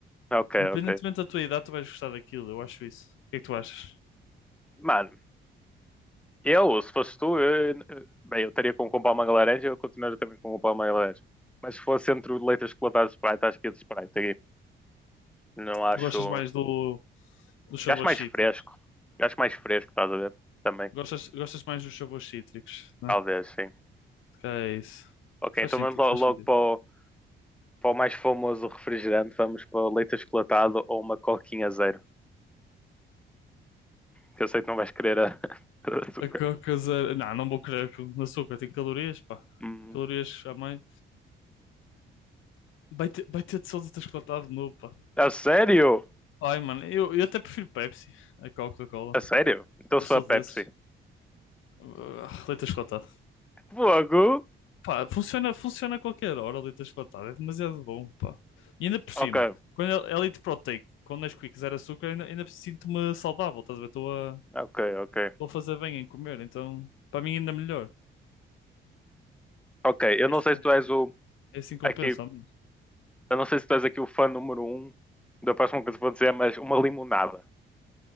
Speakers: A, in the centre; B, on the left.
A: Ok,
B: Independentemente
A: ok.
B: da tua idade, tu vais gostar daquilo, eu acho isso. O que é que tu achas?
A: Mano, eu, se fosse tu, eu- bem, eu estaria com comprar uma laranja, eu continuaria também com comprar uma laranja. Mas se fosse entre o leite achocolatado e Sprite, acho que ia de Sprite aqui. Não acho.
B: Tu gostas mais do dos sabores
A: Acho mais
B: cítricos?
A: fresco. Acho mais fresco, estás a ver? Também.
B: Gostas gostas mais dos sabores cítricos, né?
A: Talvez, sim.
B: Que é isso.
A: Ok,
B: Faz
A: então
B: sentido,
A: vamos lo-
B: faz
A: logo
B: sentido.
A: para o, para o mais famoso refrigerante. Vamos para o leite achocolatado ou uma coquinha zero. Que eu sei que não vais querer a, <laughs> a açúcar.
B: A Coca Zero, não, não vou querer com açúcar, tem calorias, pá.
A: Hum.
B: Calorias a mais. Vai ter, vai ter de sódio achocolatado de novo, pá.
A: A sério?
B: Ai, mano, eu, eu até prefiro Pepsi a Coca-Cola.
A: A sério? Então se
B: Eu sou
A: for a Pepsi.
B: desses. Ah, Leite achocolatado.
A: Fogo!
B: Pá, funciona, funciona a qualquer hora, o leite achocolatado. É demasiado bom, pá. E ainda por cima,
A: Ok,
B: quando é é leite proteico, quando Nesquik zero açúcar, ainda, ainda sinto-me saudável, estás a ver? Estou a,
A: Ok, ok.
B: estou a fazer bem em comer, então para mim ainda melhor.
A: Ok, eu
B: Isto
A: não sei se
B: é
A: tu és o
B: é assim que compensa,
A: aqui,
B: ao menos.
A: eu não sei se tu és aqui o fã número um da próxima coisa que vou dizer, mas uma limonada.